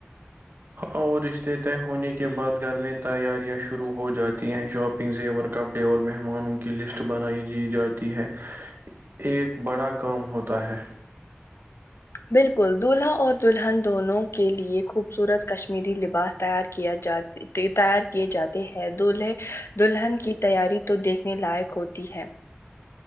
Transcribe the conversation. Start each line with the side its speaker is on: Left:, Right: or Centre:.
Right: اور رشتے طے ہونے کے بعد گھر میں تیاریاں شروع ہو جاتی ہیں شاپنگ زیور کپڑے اور مہمانوں کی لسٹ بنائی دی جاتی ہے ایک بڑا کام ہوتا ہے
Left: بالکل دولہا اور دلہن دونوں کے لیے خوبصورت کشمیری لباس تیار کیا جاتا تیار کیے جاتے ہیں دولہے دلہن کی تیاری تو دیکھنے لائق ہوتی ہے